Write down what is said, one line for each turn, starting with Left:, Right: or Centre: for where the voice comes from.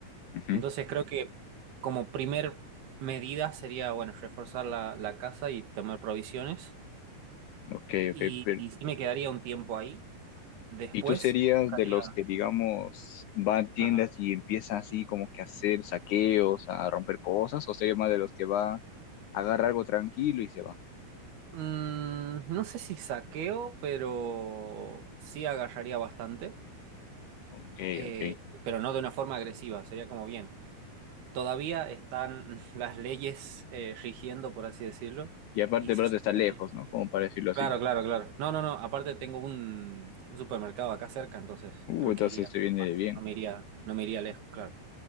Left: ujú.
Right: Entonces creo que como primer medida sería, bueno, reforzar la, la casa y tomar provisiones.
Left: Ok,
Right: Y,
Left: ok.
Right: y sí me quedaría un tiempo ahí. Después
Left: ¿Y tú serías
Right: buscaría...
Left: de los que, digamos, va a tiendas
Right: Ajá.
Left: y empieza así como que a hacer saqueos, a romper cosas? ¿O serías más de los que va a agarrar algo tranquilo y se va?
Right: Mm, no sé si saqueo, pero sí agarraría bastante,
Left: Ok,
Right: eh,
Left: ok.
Right: pero no de una forma agresiva, sería como bien. todavía están <laughs> las leyes eh, rigiendo, por así decirlo,
Left: Y aparte,
Right: y
Left: el
Right: se
Left: brazo
Right: supone
Left: está lejos,
Right: que-
Left: ¿no? Como para decirlo así.
Right: Claro, claro, claro. No, no, no, aparte tengo un, un supermercado acá cerca, entonces
Left: Uh,
Right: creo
Left: entonces
Right: que iría
Left: se viene
Right: más,
Left: de bien.
Right: no me iría, no me iría lejos, claro.